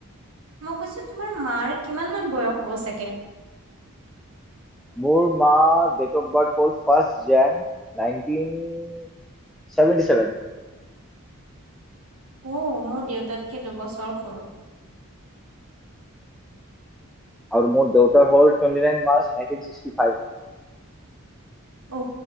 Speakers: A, on the right (about 75°); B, in the centre.
A: মই কৈছো তোমাৰ মাৰ কিমান মান বয়স হ'ব চাগে
B: মোৰ মা ডেট অফ বাৰ্থ হ'ল ফাৰ জন নাইনটিনভেটিভেন
A: উ মোৰ দেউতাতকে দুবছৰ সৰু
B: আৰু মোৰ দেউতাৰ হল নাইন ফ
A: অ